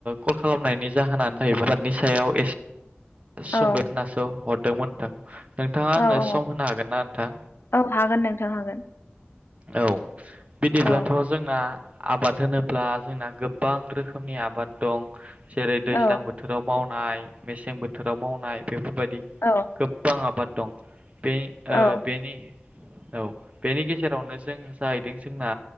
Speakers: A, on the right; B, on the left.
A: कल खालामनायनि नि जाहोनानो नै बेफोर बादिनि सायाव एसे
B: औ
A: <inaudible> दोंमोन नोंथां। नोंथाङा आंनो
B: औ औ
A: सम होनो हागोन ना नोंथां?
B: औ हागोन नोंथ नोंथां हागोन
A: औ बिदिब्लाथ
B: औ
A: जोंना आबाद होनोब्ला जोंना गोबां रोखोमनि आबाद दं‌। जेरै दैज्लां
B: औ
A: बोथोराव माव माइ मेसें बोथोराव मावनाय बेफोरबायदि
B: औ
A: गोबबां आबाद दं। बे ओ
B: औ
A: बेनि औ बेनि गेजेरावनो जों जाहैदों जोंना